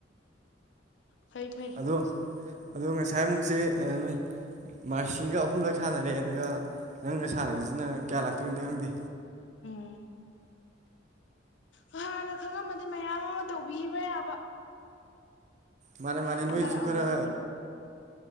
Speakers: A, on the left (about 65°); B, on the right (about 40°).
A: ꯐꯩ ꯐꯩ
B: ꯑꯗꯣ ꯑꯗꯣ ꯉꯁꯥꯏꯃꯨꯛꯁꯦ ꯅꯣꯏ ꯃꯁꯤꯒ ꯑꯍꯨꯝꯂꯛ ꯁꯥꯟꯅꯔꯦ ꯑꯗꯨꯒ ꯅꯪꯅ ꯁꯥꯟꯅꯔꯤꯁꯤꯅ ꯀꯌꯥ ꯂꯥꯛꯇꯣꯏꯅꯣꯗꯤ ꯈꯪꯗꯦ
A: ꯎꯝ ꯍꯥꯟꯅ ꯈꯪꯉꯝꯃꯗꯤ ꯃꯌꯥꯝ ꯑꯃ ꯇꯧꯕꯤꯕ ꯌꯥꯕ
B: ꯃꯥꯅꯤ ꯃꯥꯅꯤ
A: ꯈꯪꯅꯔꯛꯑꯝꯒꯗꯕꯅꯤ
B: ꯅꯣꯏꯖꯨ ꯈꯔ